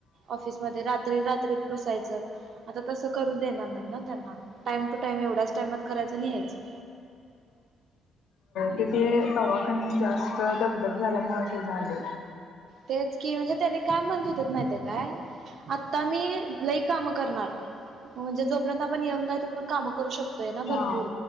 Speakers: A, on the right; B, on the left.
A: ऑफिस रात्री रात्री बसायच आता तस करून देणार नाहीत ना त्यांना टाइम टू टाइम एवढ्याच टाइमात करायच यायचं.
B: तिथे तवाखाने जास्त धगधग झाल्यामुळेच हे झाले.
A: तेच की म्हणजे, त्यानी काय म्हणत होत माहित आहे काय. आता मी लई काम करणार. म्हणजे जोपर्यंत आपण यंग आहे. तोपर्यंत काम करू शको तैना
B: हा
A: भरपूर